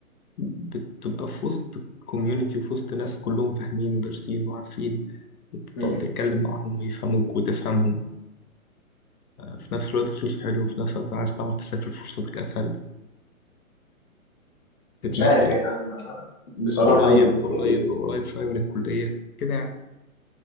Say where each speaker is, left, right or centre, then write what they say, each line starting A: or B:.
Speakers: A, on the left; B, on the left.
A: بتبقى في وسط كوميونتي وفي وسط ناس كلهم فاهمين ودارسين وعارفين وتقعد
B: مم.
A: تتكلم معاهم ويفهموك وتفهمهم في نفس الوقت فلوس حلوة وفي نفس الوقت عايز تعرف تسافر فرصتك أسهل تتنقل
B: مش عارف يعني أنا بصراحة
A: قريب
B: أنا بالنسبة
A: قريب
B: لي
A: قريب شوية من الكلية كده يعني